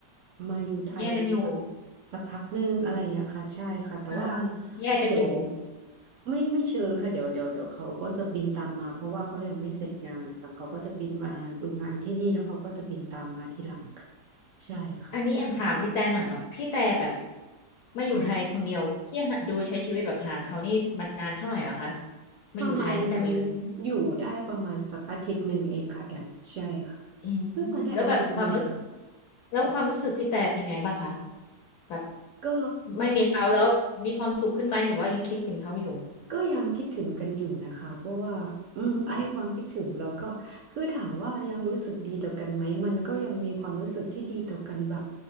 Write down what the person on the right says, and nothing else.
มาอยู่ไทยแบบ
สักพักหนึ่งอะไรอย่างเงี้ยค่ะใช่ค่ะแต่ว่า
เดี๋ยวไม่ไม่เชิงค่ะเดี๋ยวเดี๋ยวเดี๋ยวเขาก็จะบินตามมาเพราะว่าเขายังไม่เสร็จงานค่ะเขาก็จะบินมาดูงานที่นี่แล้วเขาก็จะบินตามมาทีหลังค่ะ
ใช่ค่ะ
ค่ะ
ประมาณอยู่ได้ประมาณสักอาทิตย์หนึ่งเองค่ะแอมใช่ค่ะ
เพิ่งมาได้อาทิตย์หนึ่งค่ะ
ก็
ก็ยังคิดถึงกันอยู่นะคะเพราะว่าอืมไอ้ความคิดถึงเราก็คือถามว่ายังรู้สึกดีต่อกันไหมมันก็ยังมีความรู้สึกที่ดีต่อกันแบบ